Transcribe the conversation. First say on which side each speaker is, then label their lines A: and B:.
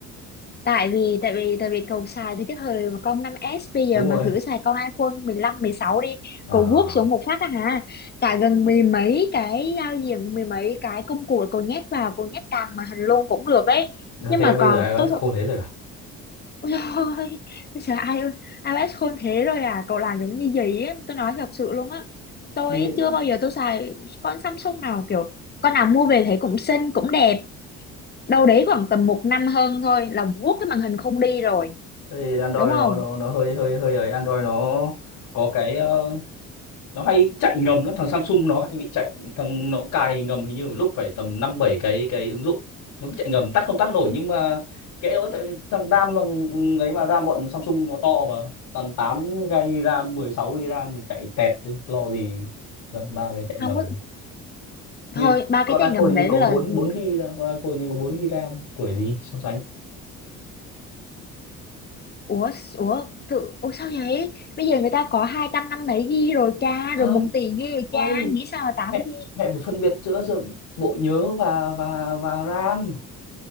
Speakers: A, on the left; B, on the left.
A: tại vì tại vì tại vì cậu xài từ cái thời mà con năm s bây giờ
B: đúng
A: mà
B: rồi
A: thử xài con iPhone mười lăm mười sáu đi
B: à
A: cậu vuốt xuống một phát á hả cả gần mười mấy cái giao diện mười mấy cái công cụ cậu nhét vào cậu nhét càng màn hình luôn cũng được đấy, nhưng
B: thế
A: mà
B: bây
A: còn
B: giờ iOS
A: tôi
B: khôn
A: thật
B: thế rồi à
A: ôi dồi ôi bây giờ ai iOS khôn thế rồi à cậu làm giống như gì ấy tôi nói thật sự luôn á tôi
B: như những
A: ấy chưa bao giờ tôi xài con Samsung nào kiểu con nào mua về thấy cũng xinh cũng đẹp đâu đấy khoảng tầm một năm hơn thôi là vuốt cái màn hình không đi rồi
B: thì Android
A: đúng không
B: nó nó nó hơi hơi hơi ấy Android nó có cái ờ, nó hay chạy ngầm lắm thằng Samsung nó hay bị chạy thằng nó cài ngầm hình như một lúc phải tầm năm bảy cái cái ứng dụng nó cứ chạy ngầm tắt không tắt nổi nhưng mà kệ đó tại- thằng RAM thằng ấy mà RAM bọn Samsung nó to mà tầm 8 GB RAM 16 GB RAM thì chạy tẹt chứ lo gì dăm ba cái chạy
A: không
B: ngầm
A: có
B: như
A: thôi ba
B: con
A: cái trải
B: iPhone
A: ngầm
B: hình như
A: đấy
B: có
A: là
B: bốn 4 GB RAM con iPhone hình như có 4 GB RAM tuổi gì so sánh
A: ủa ủa tự ủa sao vậy bây giờ người ta có 200 năm mươi ghi rồi cha
B: không
A: rồi một tỷ ghi rồi
B: ơi
A: cha nghĩ sao mà tám
B: mẹ
A: ghi
B: mẹ phải phân biệt giữa giữa bộ nhớ và và và RAM